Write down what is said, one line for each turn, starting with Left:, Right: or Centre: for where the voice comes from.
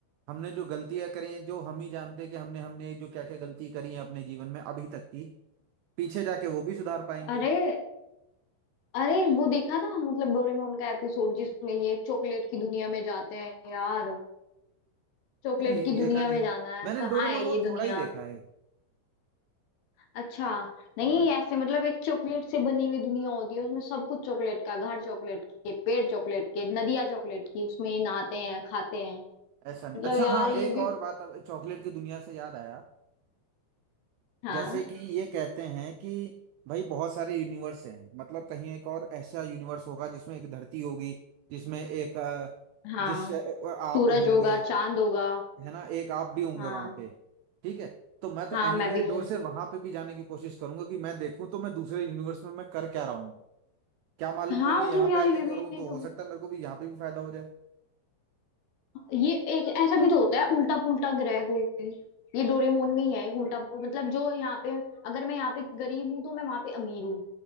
Right: हमने जो गलतियां करी हैं जो हम ही जानते हैं कि हमने हमने जो क्या क्या गलती करी है अपने जीवन में अभी तक की पीछे जाके वो भी सुधार पाएंगे
Left: अरे अरे वो देखा था मतलब डोरेमोन का एपिसोड जिसमें ये चॉकलेट की दुनिया में जाते हैं यार चॉकलेट
Right: नहीं
Left: की दुनिया
Right: देखा नहीं
Left: में जाना
Right: मैंने
Left: है कहाँ
Right: डोरेमोन
Left: है
Right: वो
Left: ये
Right: थोड़ा
Left: दुनिया
Right: ही देखा है
Left: अच्छा नहीं
Right: हाँ।
Left: ऐसे मतलब एक चॉकलेट से बनी हुई दुनिया होती है उसमें सब कुछ चॉकलेट का घर चॉकलेट के पेड़ चॉकलेट के नदियाँ चॉकलेट की उसमें नहाते हैं खाते हैं
Right: ऐसा
Left: मतलब
Right: नहीं अच्छा
Left: यार
Right: हाँ
Left: ये
Right: एक
Left: भी
Right: और बात अब चॉकलेट की दुनिया से याद आया
Left: हाँ
Right: जैसे कि ये कहते हैं कि भाई बहुत सारे यूनिवर्स हैं मतलब कहीं एक और ऐसा यूनिवर्स होगा जिसमें एक धरती होगी जिसमें एक अ,
Left: हाँ
Right: जिस अ, आप
Left: सूरज
Right: होंगे
Left: होगा चांद होगा
Right: है ना एक आप भी होंगे
Left: हाँ
Right: वहां पे ठीक है तो मैं तो
Left: हाँ
Right: एनीवेयर
Left: मैं भी हूँ
Right: डोर से वहां पे भी जाने की कोशिश करूंगा कि मैं देखूं तो मैं दूसरे यूनिवर्स में मैं कर क्या रहा हूँ क्या मालूम
Left: हाँ
Right: वो मैं यहाँ
Left: मतलब यार
Right: पे आके
Left: ये
Right: करूँ
Left: भी एक
Right: तो हो सकता है मेरे को भी यहाँ पे भी फायदा हो जाए
Left: ये एक ऐसा भी तो होता है उल्टा पुल्टा ग्रह कोई भी ये डोरेमोन में ही है एक उल्टा पुल्टा मतलब जो यहाँ पे अगर मैं यहाँ पे गरीब हूँ तो मैं वहां पे अमीर हूँ